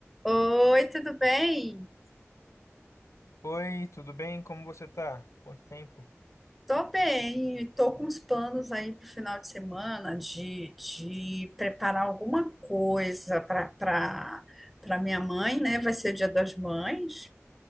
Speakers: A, in the centre; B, on the left.
A: Oi, tudo bem?
B: Oi, tudo bem? Como você tá? Quanto tempo?
A: Tô bem, tô com uns planos aí pro final de semana de, de preparar alguma coisa para para para minha mãe, né? Vai ser o Dia das Mães.